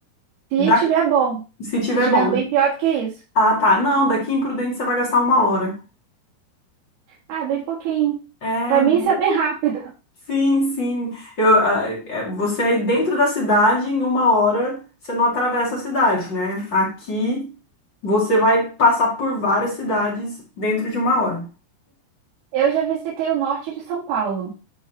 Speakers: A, on the right; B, on the left.
A: Se
B: Da,
A: tiver bom,
B: se tiver
A: se tiver
B: bom.
A: ruim, pior do que isso.
B: Ah, tá. Não, daqui em Prudente você vai gastar uma hora.
A: Ah, bem pouquinho.
B: É.
A: Para mim, isso é bem rápido. <laughs>
B: Sim, sim. Eu, ah, é, você aí dentro da cidade, em uma hora, você não atravessa a cidade, né? Aqui você vai passar por várias cidades dentro de uma hora.
A: Eu já visitei o norte de São Paulo,